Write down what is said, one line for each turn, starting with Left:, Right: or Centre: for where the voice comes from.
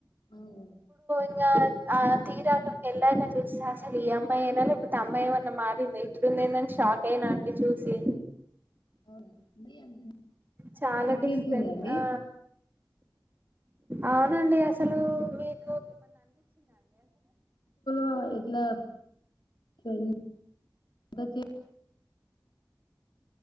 Left: అవు
Right: ఇంకా ఆ తీర అక్కడికి వెళ్ళాక చూస్తే అసలు ఈ అమ్మాయి అయినా లేకపోతే అమ్మాయి ఏమన్నా మారిందా ఇట్డుందేనని షాక్ అయినా అండి చూసి
Left: అవునా అ అంత
Right: చాలా
Left: దగ్గర
Right: డిఫరెంట్
Left: ఉంటుందా అండి
Right: ఆ అవునండి అసలు మీరు
Left: అ ఇలా స అక